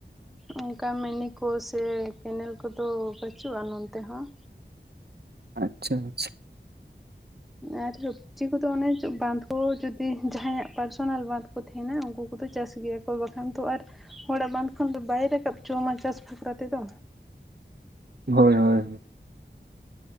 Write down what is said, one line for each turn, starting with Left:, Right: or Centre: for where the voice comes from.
Centre: ᱚᱱᱠᱟ ᱢᱤᱱᱤ ᱠᱳ ᱥᱮ ᱠᱮᱱᱮᱞ ᱠᱚᱫᱚ ᱵᱟᱪᱩᱜᱼᱟ ᱱᱚᱱᱛᱮ ᱦᱚᱸ᱾
Right: ᱟᱪᱪᱷᱟ ᱟᱪᱪᱷᱟ᱾
Centre: ᱟᱨ <unintelligible> ᱡᱤ ᱠᱚᱫᱚ ᱚᱱᱮ ᱵᱟᱸᱫᱷ ᱠᱚ ᱡᱩᱫᱤ ᱡᱟᱦᱟᱭᱟᱜ ᱯᱟᱨᱥᱚᱱᱟᱞ ᱵᱟᱸᱫᱷ ᱠᱚ ᱛᱟᱦᱮᱱᱟ ᱩᱱᱠᱩ ᱠᱚᱫᱚ ᱪᱟᱥ ᱜᱮᱭᱟ ᱠᱚ᱾ ᱦᱚ ᱵᱟᱠᱷᱟᱱ ᱛᱚ ᱟᱨ ᱦᱚᱲᱟᱜ ᱵᱟᱫᱷ ᱠᱷᱚᱱ ᱫᱚ ᱵᱟᱭ ᱨᱟᱠᱟᱵ ᱪᱚᱣ ᱟᱢᱟ ᱪᱟᱥ ᱵᱟᱠᱷᱨᱟ ᱛᱮᱫᱚ᱾
Right: ᱦᱳᱭ ᱦᱳᱭ᱾